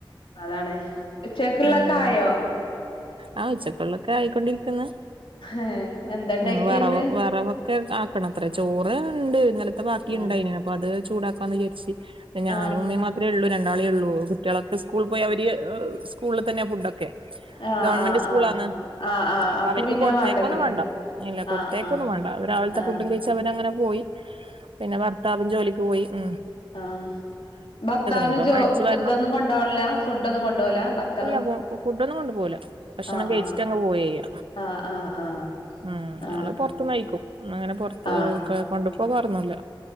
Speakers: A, on the left; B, on the right.
A: അതാണ് ഉച്ചക്കുള്ളൊക്കെ
B: ഉം
A: ആയോ
B: ആ ഉച്ചക്കൊുള്ളൊക്കെ ആയിക്കൊണ്ടിരിക്കുന്നു
A: ഏ എന്താണ്ടാക്കിയന്ന്
B: ഉ വറവ് വറവക്കെ ആക്കണം അത്ര ചോറ് ഉണ്ട് ഇന്നലത്തെ ബാക്കി
A: ആ
B: ഉണ്ടായിതിന അപ്പൊ അത് ചൂടാക്കാന്ന് വിചാരിച്ച് ഞാനും
A: ആ
B: ഉമ്മിമാത്രേ ഉള്ളൂ രണ്ടാളേ ഉള്ളൂ കുട്ടികളൊക്കെ സ്കൂള പോയി അവര് സ്കൂളിൽ തന്നെ ഫുഡൊക്കെ
A: ആ
B: ഗവൺമെന്റ് സ്കൂളാണ്
A: ആ ആ ആ
B: അപ്പൊ അവർക്ക്
A: പിന്നെ
B: കൊടുത്തേക്കൊന്നും
A: വേണ്ടല്ലോല്ലേ
B: വണ്ട ഇല്ല കൊടുത്തേക്കൊന്നും
A: ആ ആ
B: വേണ്ട രാവിലത്തെ
A: ആ
B: ഫുഡും കഴിച്ച്അവര് അങ്ങനെ പോയി പിന്നെ ഭർത്താവും ജോലിക്ക് പോയി ഉ
A: ആഹ ഭർത്താവിന്
B: ഇനിപ്പം
A: ജോ
B: അടിച്ചു വാരണം
A: ഇതൊന്നും കൊണ്ടുപോണില്ല ഫുഡ് ഒന്നും കൊണ്ടുപോല ഭർത്താവ്
B: ഫു, ഫു, ഫുഡ്, ഒന്നും കൊണ്ടു പോവൂല. ഭക്ഷണം
A: ആ
B: കഴിച്ചിട്ട്,
A: ആ
B: അങ് പോവയ്യ,
A: ആ ആ ആ
B: ആം,
A: ആ
B: ആള്, പൊറത്ത്ന്നയിക്കും. ക്,
A: ആ ആ
B: ക, കൊണ്ട്പ്പ, പ്പോവാറൊന്നൂല്ല.